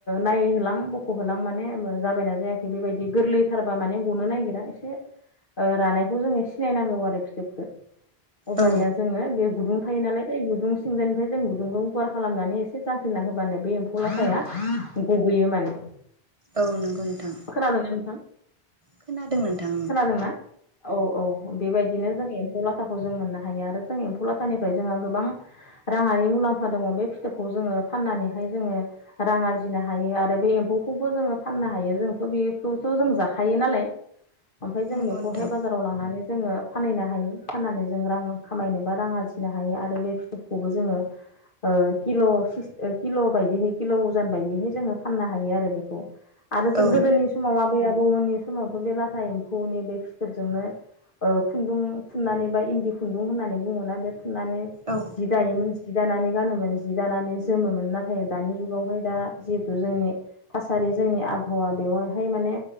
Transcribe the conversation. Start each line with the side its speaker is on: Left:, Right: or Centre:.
Left: नायहोलां बख'होलां माने जाबायना जायाखै बेबाय बायदि गोरलैथारबा माने गनो नागिरा एसे ओ रानायखौ जोङो सिनायनांगौ आरो फिथोबखौ अब्लानिया
Right: औ
Left: जोङो बे गुदुं थायो नालाय बे गुदुं थिंजानिफ्राय जों गुदुंखौ गार खालामनानै एसे जांख्रिना होबानो बे एम्फौ लाथाया गबोयो माने
Right: औ नंगौ नोंथां
Left: खोनादोंना नोंथां
Right: खोनादों नोंथां
Left: खोनादोंना औ औ बेबायदिनो जोंनि एम्फौ लाथाखौ जों मोननो हायो आरो जों एम्फौ लाथानिफ्राय जोंहा गोबां राङारि मुलाम्फा दङ बे फिथोबखौ जोङो फाननानैहाय जोङो रां आरजिनो हायो आरो बे एम्फौखौबो जोङो फाननो हायो जोंथ' बेखौथ' जों जाखायो नालाय ओमफ्राय जों
Right: नंगौ
Left: बेखौहाय
Right: नोंथां
Left: बाजाराव लांनानै जोङो फानहैनो हायो फाननानै जों रां खामायनोबा रां आरजिनो हायो आरो बे फिथोबखौबो जोङो ओ किल' किल' बायदिहै किल' अजान बायदिहै जोङो फाननो हायो आरो बेखौ आरो जों
Right: औ
Left: गोदोनि समाव आबै आबौमोननि समावथ' बे लाथा एम्फौनि बे फिथोबजोंनो ओ खुन्दुं थुननानै बा इन्दि खुन्दुं होननानै बुङोना बे नानै
Right: औ
Left: जि दायोमोन जि दानानै गानोमोन जि दानानै जोमोमोन नाथाय दानि जुगावहाय दा जिहेथु जोंनि थासारि जोंनि आबहावा बेवहाय माने